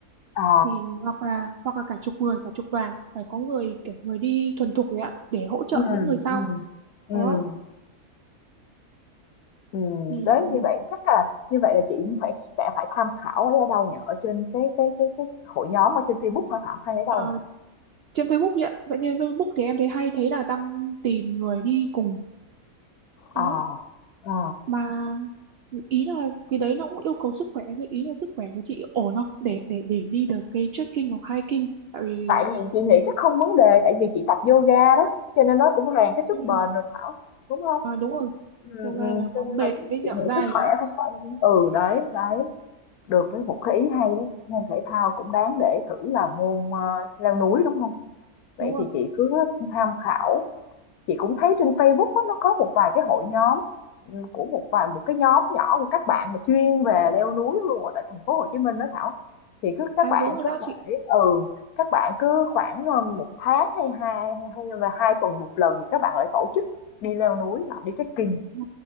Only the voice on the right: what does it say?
thì hoặc là hoặc là cả chục người, cả chục đoàn, phải có người kiểu người đi thuần thục đấy ạ để hỗ trợ
những người sau.
Đó
thì
ờ,
trên Facebook vậy ạ. Vậy trên Facebook thì em thấy hay thấy là đăng tìm người đi cùng.
Đó,
mà ý là cái đấy nó cũng yêu cầu sức khỏe cái ý là sức khỏe của chị ổn không để để để đi được cái trekking hoặc hiking tại vì
ừ.
à, đúng rồi
yoga
là
có
bền
với dẻo
dai
rồi
đó
đúng rồi
à
đúng rồi
đó
chị
ừ.